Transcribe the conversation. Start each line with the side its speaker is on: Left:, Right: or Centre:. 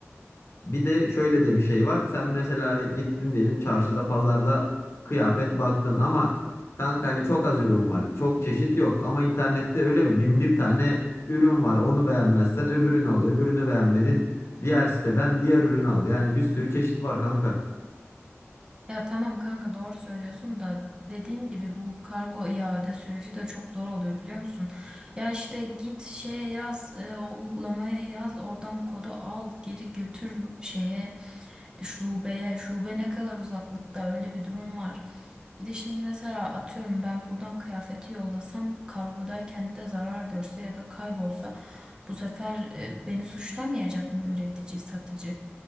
Left: bir de şöyle de bir şey var. Sen mesela hani gittin diyelim çarşıda, pazarda kıyafet baktın ama kanka hani çok az ürün var. Çok çeşit yok ama internette öyle mi? Bin bir tane ürün var. Onu beğenmezsen öbürünü al. Öbürünü beğenmedin. Diğer siteden diğer ürün al. Yani bir sürü çeşit var kanka.
Right: Ya tamam kanka doğru söylüyorsun da dediğim gibi bu kargo iade süreci de çok zor oluyor biliyor musun? Ya işte git şeye yaz, e, o uygulamaya yaz, oradan kodu al, geri götür şeye, şubeye. Şube ne kadar uzaklıkta öyle bir durum var. Bir de şimdi mesela atıyorum ben buradan kıyafeti yollasam kargodayken de zarar görse ya da kaybolsa bu sefer e, beni suçlamayacak mı üretici, satıcı?